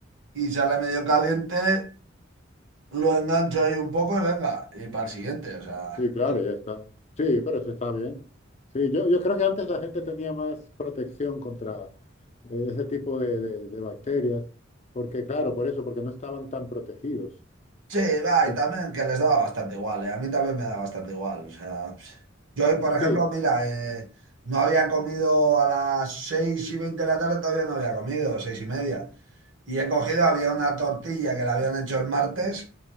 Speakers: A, on the right (about 70°); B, on the left (about 35°).
A: y sale medio caliente lo engancho ahí un poco y venga, y para el siguiente, o sea.
B: Sí, claro, ya está. Sí, pero eso está bien. Sí, yo, yo creo que antes la gente tenía más protección contra eh, ese tipo de, de- de bacterias, porque claro, por eso, porque no estaban tan protegidos.
A: Sí, va,
B: Y-
A: y también que les daba bastante igual, ¿eh? A mí también me da bastante igual, o sea. Yo hoy, por ejemplo,
B: Sí,
A: mira, eh, no había comido a las seis y veinte de la tarde, todavía no había comido, seis y media. Y he cogido, había una tortilla que la habían hecho el martes,